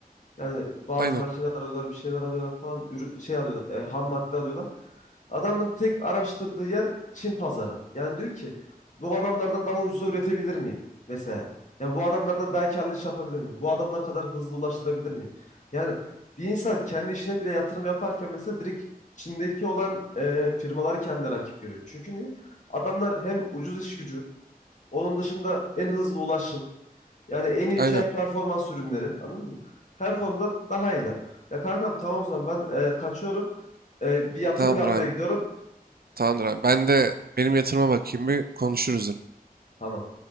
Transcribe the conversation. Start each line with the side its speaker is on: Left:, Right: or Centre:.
Left: Yani bazı
Right: Aynen.
Left: makineler alıyorlar, bir şeyler alıyorlar falan, ürün şey alıyorlar, e, ham madde alıyorlar. Adamın tek araştırdığı yer Çin pazarı. Yani diyor ki bu adamlardan daha ucuza üretebilir miyim? Mesela ya bu adamlardan daha karlı iş yapabilir miyim? Bu adamlar kadar hızlı ulaştırabilir miyim? Yani bir insan kendi işine bile yatırım yaparken mesela direkt Çin'deki olan e, firmaları kendine rakip görüyor. Çünkü niye? Adamlar hem ucuz iş gücü, onun dışında en hızlı ulaşım. Yani en iyi
Right: Aynen.
Left: fiyat performans ürünleri anladın mı? Her konuda daha iyiler. Ya kankam tamam o zaman ben e, kaçıyorum. E, bir yatırım
Right: Tamamdır
Left: yapmaya
Right: abi.
Left: gidiyorum.
Right: Tamamdır abi. Ben de benim yatırıma bakayım bir konuşuruz yine.
Left: Tamam.